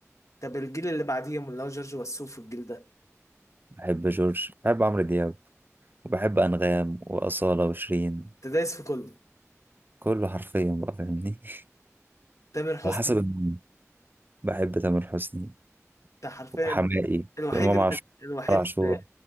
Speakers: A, on the left; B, on the right.
A: طب الجيل اللي بعديهم اللي هو جورج وسوف والجيل ده
B: بحب جورج بحب عمرو دياب وبحب انغام واصاله وشيرين
A: انت دايس في كله
B: كله حرفيا بقى فاهمني <laughs>
A: تامر حسني
B: على حسب المود بحب تامر حسني
A: انت حرفيا
B: وحماقي
A: الوحيد
B: وامام
A: اللي
B: عاشور
A: الوحيد
B: عاشور
A: اللي